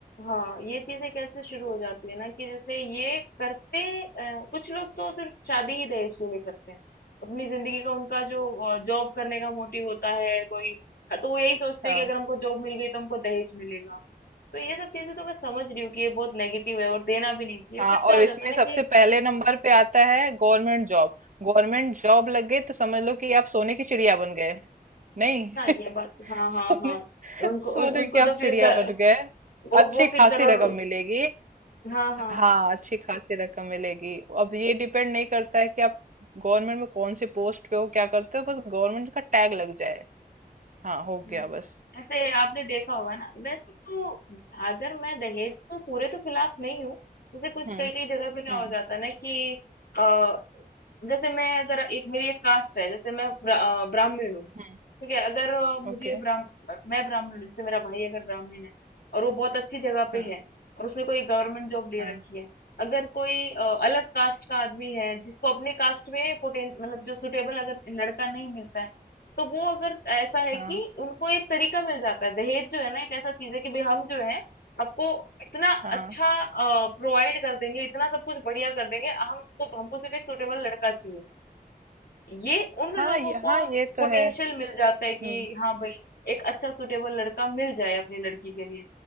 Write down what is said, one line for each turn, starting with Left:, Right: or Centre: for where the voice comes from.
Left: हाँ ये चीजें कैसे शुरू हो जाती है ना कि जैसे ये करते अ, कुछ लोग तो सिर्फ शादी ही दहेज के लिए करते हैं अपनी जिंदगी का उनका जो जॉब करने का मोटिव होता है कोई तो वो यही सोचते
Right: हाँ
Left: हैं कि अगर हमको जॉब मिल गई तो हमको दहेज मिलेगा तो ये सब चीजें तो मैं समझ रही हूँ कि ये बहुत नेगेटिव है और देना भी नहीं चाहिए
Right: हाँ
Left: बट क्या
Right: और
Left: हो
Right: इसमें
Left: जाता है ना
Right: सबसे
Left: कि
Right: पहले नंबर पे आता है गवर्नमेंट जॉब गवर्नमेंट जॉब लग गई तो समझ लो कि आप सोने की चिड़िया बन गए नहीं
Left: हाँ ये
Right: <laughs>
Left: बात हाँ हाँ
Right: सोने
Left: हाँ उनको
Right: सोने
Left: उन, उनको
Right: की आप
Left: तो
Right: चिड़िया
Left: फिर कर,
Right: बन गए
Left: वो
Right: अच्छी
Left: वो
Right: खासी
Left: फिर करोड़
Right: रकम मिलेगी
Left: हाँ हाँ
Right: हाँ अच्छी खासी रकम मिलेगी अब ये डिपेंड नहीं करता है कि आप गवर्नमेंट में कौन से पोस्ट पे हो क्या करते हो बस गवर्नमेंट का टैग लग जाए हाँ हो
Left: हुँ।
Right: गया बस
Left: ऐसे आपने देखा होगा ना वैसे तो अगर मैं दहेज के पूरे तो खिलाफ नहीं हूँ, जैसे कुछ
Right: हम्म
Left: कई-कई जगह पे क्या
Right: हम्म
Left: हो जाता है ना कि अ, जैसे मैं अगर एक मेरी एक कास्ट है, जैसे मैं ब्रा अ, ब्राह्मण हूँ,
Right: हम्म
Left: ठीक है अगर अ, मुझे
Right: ओके
Left: ब्राह्म मैं ब्राह्मण हूँ जैसे मेरा भाई अगर ब्राह्मण है और वो बहुत अच्छी जगह पे
Right: हाँ
Left: है और उसने कोई गवर्नमेंट जॉब ले
Right: हाँ
Left: रखी है अगर कोई अ, अलग कास्ट का आदमी है जिसको अपने कास्ट में पोटें मतलब जो सुटेबल अगर लड़का नहीं मिलता है तो वो अगर ऐसा है
Right: हाँ
Left: कि उनको एक तरीका मिल जाता है दहेज जो है ना एक ऐसा चीज है कि भाई हम जो है आपको इतना
Right: हाँ
Left: अच्छा प्रोवाइड कर देंगे इतना सब कुछ बढ़िया कर देंगे हमको हमको सिर्फ एक सुटेबल लड़का चाहिए ये उन
Right: हाँ
Left: लोगों
Right: ये
Left: को
Right: हाँ ये तो
Left: पोटेंशियल
Right: है
Left: मिल जाता है कि
Right: हम्म
Left: हाँ भाई एक अच्छा सुटेबल लड़का मिल जाए अपनी लड़की के लिए